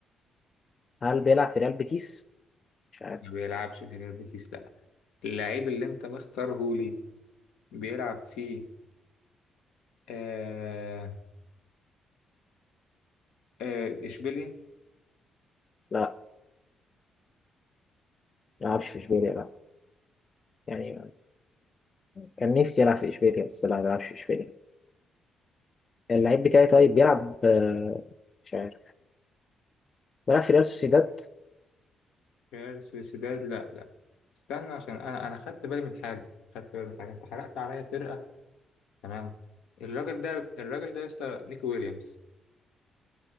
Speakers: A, on the left; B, on the left.
A: هل بيلعب في ريال بيتيس مش عارف
B: ما بيلعبش في ريال بيتيس لا اللعيب اللي انت مختاره لي بيلعب في آه آه اشبيليا
A: لا ما بيلعبش في اشبيليا لا يعني كان نفسي يلعب في اشبيليا بس لا ما بيلعبش في اشبيليا اللعيب بتاعي طيب بيلعب آه، مش عارف بيلعب في ريال سوسيداد
B: ريال سوسيداد لا لا استنى عشان انا انا خدت بالي من حاجه خدت بالي من حاجه انت حرقت عليا فرقه تمام الراجل ده الراجل ده يا اسطى نيكي ويليامز